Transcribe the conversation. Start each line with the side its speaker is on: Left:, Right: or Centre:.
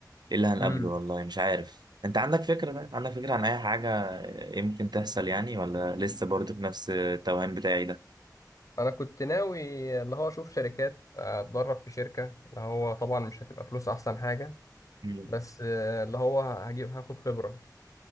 Right: ايه اللي هنقابله
Left: امم
Right: والله مش عارف انت عندك فكرة طيب عندك فكرة عن اي حاجة يمكن تحصل يعني ولا لسه برضه في نفس التوهان بتاعي ده
Left: انا كنت ناوي اللي هو اشوف شركات آه، اتدرب في شركة اللي هو طبعا مش هتبقى فلوس احسن حاجة
Right: مم.
Left: بس آه، اللي هو هجيب هاخد خبرة